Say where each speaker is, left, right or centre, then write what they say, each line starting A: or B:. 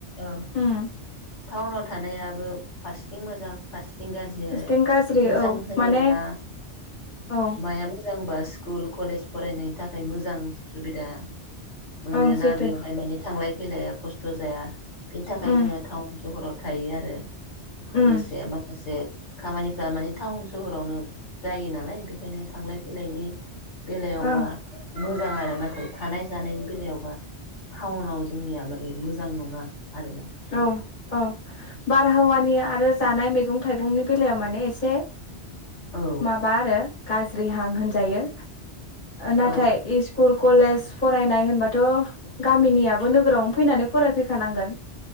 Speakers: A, on the left; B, on the left.
A: औ
B: उम
A: टाउनाव थानायाबो फारसेथिं मोजां फारसेथिं गाज्रि
B: फारसेथिं
A: आरो
B: गाज्रि
A: मोजां
B: औ
A: होनोबा
B: माने औ
A: माया मोजांबा स्कुल कलेज फरायनायनि थाखाय मोजां सुबिदा मोनोना
B: ओं सैथो
A: बेवहाय माने थांलाय खेलाया खस्थ' जाया बिनि थाखाय
B: उम
A: जोङो टाउन सहराव थायो आरो
B: उम
A: लोगोसे माखासे खामानिफ्रा माने टाउन सहरावनो जायो नालाय बेखायनो थांलाय फैलायनि बेलायावबा
B: ओं
A: मोजां आरो नाथाय थानाय जानायनि बेलायावबा टाउनाव जोंनिया माने मोजां नङा आरोना बेनो
B: औ औ बारहावानि आरो जानाय मैगं थाइगंनि बेलायाव माने एसे
A: औ
B: माबा आरो गाज्रि स्रिहां होनजायो नाथाय
A: औ
B: इस्कुल कलेज फरायनाय होनबाथ' गामिनियाबो नोगोरावनो फैनानै फरायफैखानांगोन